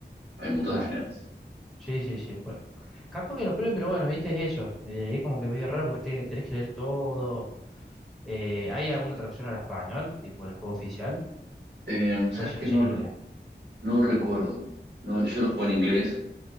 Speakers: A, on the right (about 70°); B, in the centre.
A: Hay un montón
B: claro.
A: de finales.
B: Sí, sí, sí, bueno. Capaz que lo pruebe, pero bueno, viste, es eso. Eh, es como que medio raro porque te- tenés que leer todo. Eh, ¿hay alguna traducción al español? Tipo el juego oficial.
A: Em, ¿sabes
B: Pues yo
A: qué?
B: sí
A: No,
B: en inglés.
A: re- no recuerdo. No, yo lo juego en inglés.